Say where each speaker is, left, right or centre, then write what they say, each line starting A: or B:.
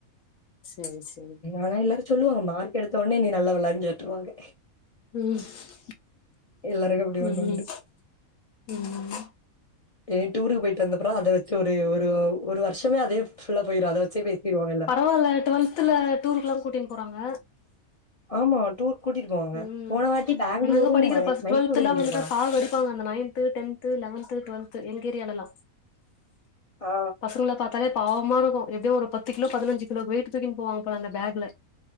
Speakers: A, on the left; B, on the left.
A: உம் சே
B: ஆனா எல்லாரு ச்சொல்லுவாங்க மார்க் எடுத்த உனே நீ நல்லவளான் ஜோட்ருவாங்க
A: ம்
B: எல்லாருக்கு அப்டி வண்ட்
A: ம்
B: உண்டு
A: ம்
B: ஏ டூருக்கு போய்ட் வந்த் அப்றோ அத வெச்சு ஒரு ஒரு ஒரு வர்ஷமே அதே ஃபுல்லா போயிரு அத வச்சே பேசிருவாங்க எல்லா
A: பரவால்ல டுவல்த்துல டூருக்குல்லா கூட்டின் போறாங்க
B: ஆமா டூர் கூட்டிட்டு போவாங்க.
A: ம்
B: போன வாட்டி பெங்களூரும்,
A: அங்கங்க படிக்கிற
B: மை
A: பஸ்ட்
B: மைசூரும்
A: டுவல்த்துலா
B: கூட்டிட்டு
A: வந்துட்டா
B: போனாங்க.
A: ஸாக் அடிப்பாங்க அந்த நைன்த் து டென்து லெவன்து டுவெல்த் எங்க ஏரியாலல்லா
B: ஆ
A: பசங்கள பாத்தாலே பாவமா இருக்கு எப்டியோ ஒரு பத்து கிலோ பதினஞ்சு கிலோ வெயிட்டு தூக்கினு போவாங்க போல அந்த பேக்ல